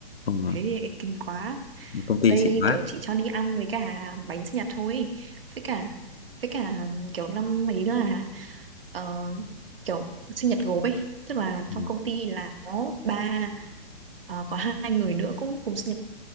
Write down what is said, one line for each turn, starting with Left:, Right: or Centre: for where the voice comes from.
Left: Không,
Right: thế thì lại kinh quá
Left: à. công ty
Right: đây
Left: xịn quá.
Right: kiểu chị cho đi ăn với cả bánh sinh nhật thôi với cả với cả kiểu năm ấy là ờ, kiểu sinh nhật gộp ấy tức là
Left: Ừ.
Right: trong công ty là có ba ờ, có hai người nữa cũng cùng sinh nhật